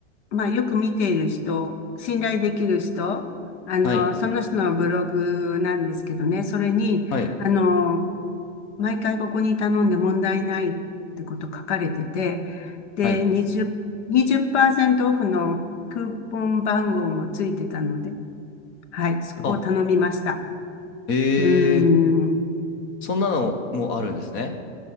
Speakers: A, on the left; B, on the left.
A: ーまあ、よく見ている人、信頼できる人、あのーその人のブログなんですけどね、
B: はい。
A: それに、
B: はい。
A: あのー毎回ここに頼んで問題ないってこと書かれてて、で、
B: はい。
A: 20、にじゅっパーセントオフのクーポン番号もついてたので、はい、そこを頼みました。
B: あ、えー、
A: うーん。
B: そんなのもあるんですね。